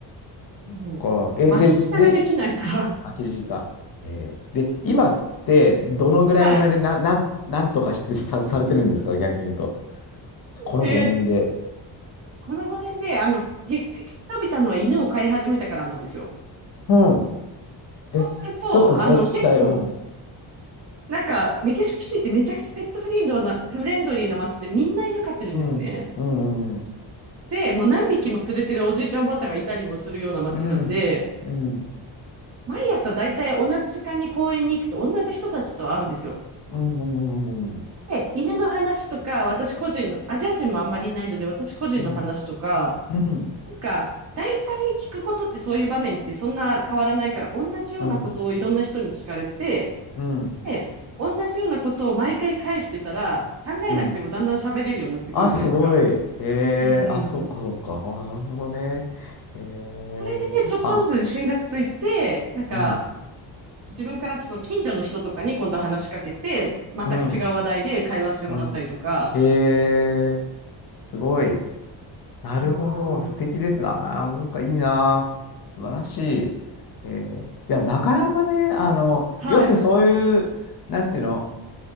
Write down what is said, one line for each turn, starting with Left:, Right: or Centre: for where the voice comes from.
Right: そう。
Left: か。え、
Right: 巻き舌ができないから。
Left: で、で、巻きかえー、で、今って、どのぐらいまでな、
Right: <laughs> はい。
Left: なん、なんとかしてさ、されてるんですか逆に言うと。この5年で。
Right: えーっと、この5年で、あの、劇的に伸びたのは犬を飼い始めたからなんですよ。
Left: うん。
Right: そうすると、
Left: え、ちょっとそこ聞きたい。
Right: あの、結構、
Left: うん。
Right: なんか、メキシコシティってめちゃくちゃペットフレンドな、フレンドリーな街でみんな犬飼ってるんですね。
Left: うん。うん。
Right: で、もう何匹も連れてるおじいちゃんおばあちゃんがいたりもするような街なんで、
Left: うん。うん。
Right: 毎朝だいたい同じ時間に公園に行くと同じ人たちと会うんですよ。
Left: うん。
Right: はい、犬の話とか、私個人の、アジア人もあんまりいないので、私個人の話とか、
Left: うん。うん。
Right: なんか、大体聞くことってそういう場面ってそんな変わらないから、同じようなことをいろんな人に聞かれて、
Left: うん。うん。うん。
Right: で、同じようなことを毎回返してたら、考えなくてもだんだん喋れるようになってくるじゃないですか。
Left: うんあ、すごい。え
Right: うんうんうん。
Left: えあ、そうか、そうか。あ、なるほどね。ええあ、
Right: それでね、ちょっとずつ自信がついて、なんか、
Left: うん。
Right: 自分からその近所の人とかに今度話しかけて、全く違う話題で会話してもらったりとか、
Left: うん。うん。ええすごい。なるほど。
Right: うん。
Left: 素敵ですな。あなんかいいな。素晴らしい。ええいや、なかなかね、あの、
Right: はい。
Left: よくそういう、なんていうの、